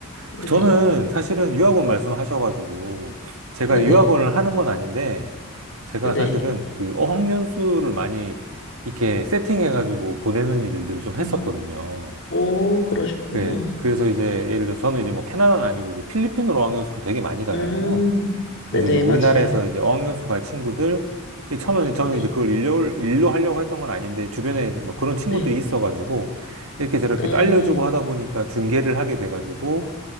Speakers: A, on the left; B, on the right.
A: 네네.
B: 그 저는 사실은 유학원 말씀하셔가지고 제가
A: 네네.
B: 유학원을 하는 건 아닌데 제가
A: 네네.
B: 사실은 그 어학연수를 많이 이렇게 세팅해가지고 보내는 일들을 좀 했었거든요.
A: 음. 오, 그러셨구나.
B: 그- 그래서 이제 예를 들어서 저는 이제 뭐 캐나다는 아니고 이제 필리핀으로 어학연수를 되게 많이 가잖아요.
A: 음,
B: 그래서
A: 네네.
B: 이제 우리나라에서
A: 맞아요.
B: 이제 어학연수 갈 친구들, 이 처음에는 저는
A: 네.
B: 이제 그걸 일로, 일로 하려고 했던 건 아닌데, 주변에 뭐 그런 친구들이
A: 네.
B: 있어가지고, 이렇게 저렇게
A: 네.
B: 또 알려주고 하다 보니까 중계를 하게 돼가지고,